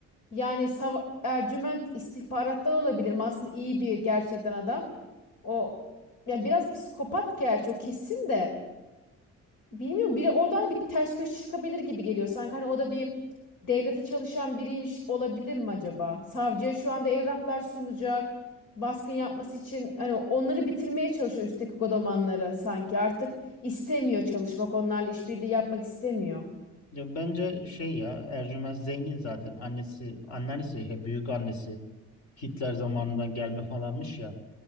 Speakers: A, on the left; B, on the left.
A: Yani sav Ercüment istihbarattan olabilir mi? Aslında iyi bir gerçekten adam. O yani biraz psikopat gerçi o kesin de. Bilmiyorum biri oradan da bir ters köşe çıkabilir gibi geliyor. Sanki hani o da bir devlete çalışan biriymiş olabilir mi acaba? Savcıya şu anda evraklar sunacak. Baskın yapması için hani onları bitirmeye çalışıyor üstteki kodamanları sanki. Artık istemiyor çalışmak. Onlarla işbirliği yapmak istemiyor.
B: Ya bence şey ya Ercüment Zengin zaten annesi anneannesi şey, büyük annesi Hitler zamanından gelme falanmış ya